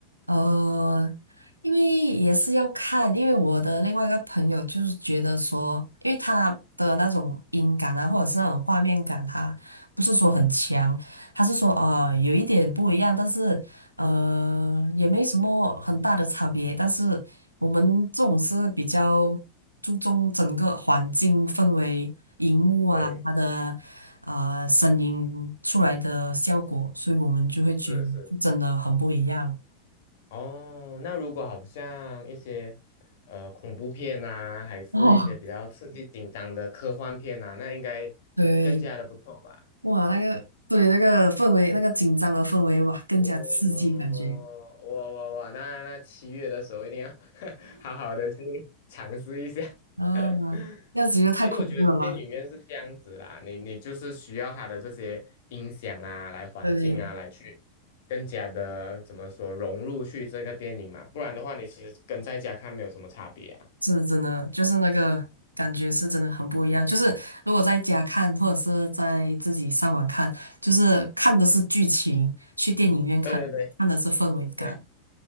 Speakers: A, on the right; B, on the left.
A: 呃，因为也是要看，因为我的另外一个朋友就是觉得说，因为他的那种音感啊，或者是那种画面感，他不是说很强，他是说呃有一点不一样，但是呃也没什么很大的差别。但是我们这种是比较注重整个环境氛围、荧幕啊，
B: 对，
A: 它的呃声音出来的效果，所以我们就会觉得真的很不一样。
B: 是是。哦，那如果好像一些呃恐怖片呐，还是一些比较刺激紧张的科幻片呐，
A: 哦，
B: 那应该更加的不错吧？
A: 对，哇，那个对那个氛围，那个紧张的氛围，哇，更加刺激感觉
B: 哦，哇哇哇！那那七月的时候一定要 <laughs> 好好的去尝试一下。
A: 啊，
B: <laughs>
A: 那样子又太恐怖了吧？
B: 因为我觉得电影院是这样子啦，你你就是需要它的这些音响啊，来环境啊，
A: 对对
B: 来去更加的怎么说融入去这个电影嘛，不然的话，你其实跟在家看没有什么差别啊。
A: 是真的，就是那个感觉是真的很不一样。就是如果在家看，或者是在自己上网看，就是看的是剧情，去电影院看，
B: 对对对
A: 看的是氛围感。
B: 对，